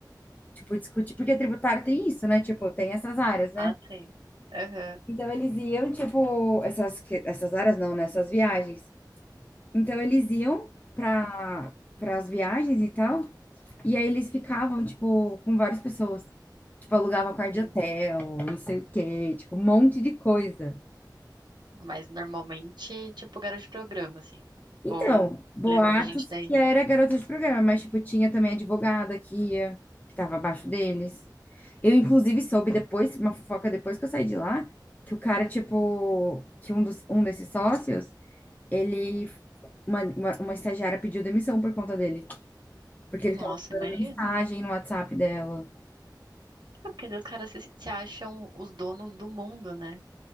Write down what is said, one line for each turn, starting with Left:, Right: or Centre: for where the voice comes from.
Left: tipo, discutir, porque tributário tem isso, né? Tipo, tem essas áreas, né?
Right: Ah, sim. Aham.
Left: Então eles iam, tipo, essas, que- essas áreas não, né? Essas viagens. Então eles iam para para as viagens e tal, e aí eles ficavam, tipo, com várias pessoas. Tipo, alugavam
Right: Meu.
Left: quarto de hotel, não sei o quê, tipo, um monte de coisa.
Right: Mas normalmente, tipo, garoto de programa, assim.
Left: Então,
Right: Ou
Left: boatos
Right: levava a gente daí.
Left: que era garota de programa, mas, tipo, tinha também advogada que ia, que tava abaixo deles. Eu, inclusive, soube depois, uma fofoca depois que eu saí de lá, que o cara, tipo, que um dos, um desses sócios, ele, uma, uma, uma estagiária pediu demissão por conta dele, porque ele
Right: Nossa,
Left: ficava
Right: imagino.
Left: mandando mensagem no WhatsApp dela.
Right: É porque os caras se, se acham os donos do mundo, né?